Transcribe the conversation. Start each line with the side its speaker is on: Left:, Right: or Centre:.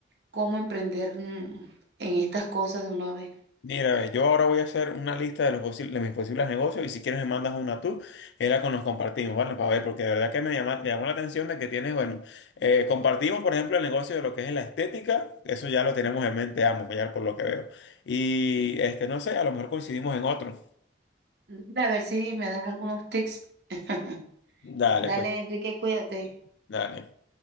Right: cómo emprender mm, en estas cosas de una vez.
Left: Mira, yo ahora voy a hacer una lista de los posibles, de mis posibles negocios y si quieres me mandas una tú, y la con- nos compartimos, ¿vale? Para ver, porque de verdad que me llama, me llamó la atención de que tienes, bueno, eh, compartimos, por ejemplo, el negocio de lo que es la estética, eso ya lo tenemos en mente ambos, ya por lo que veo. Y este, no sé, a lo mejor coincidimos en otro.
Right: Dale, A ver si me das algunos tips. <laughs>
Left: Dale,
Right: Dale,
Left: pues,
Right: Enrique, cuídate.
Left: dale.